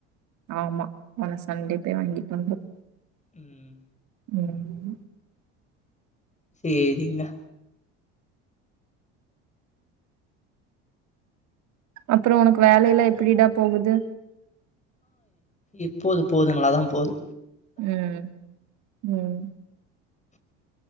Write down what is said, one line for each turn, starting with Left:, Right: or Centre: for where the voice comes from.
Right: ஆமா நான சண்டே போய் வாங்கிட்டு வந்தோம்
Left: உம்
Right: உம்
Left: செரிங்க
Right: அப்புறம் உனக்கு வேலைைய எல்லாம் எப்படிடா போகுது
Left: எப்போது போலதான் நல்லாத்தான் போகுது
Right: உம் உம்